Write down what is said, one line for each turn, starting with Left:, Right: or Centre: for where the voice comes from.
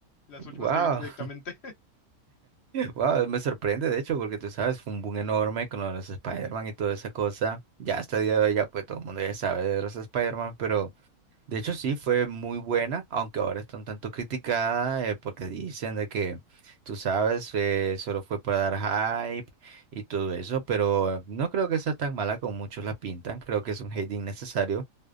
Left: Las últimas
Right: Wow.
Left: que he visto directamente. <laughs>
Right: Wow, me sorprende, de hecho, porque tú sabes, fue un boom enorme con lo de los Spider-Man y toda esa cosa. Ya hasta el día de hoy, ya pues todo el mundo ya sabe de los Spider-Man, pero de hecho sí fue muy buena, aunque ahora está un tanto criticada eh, porque dicen de que, tú sabes, eh, solo fue para dar hype y todo eso, pero no creo que sea tan mala como muchos la pintan, creo que es un hate innecesario,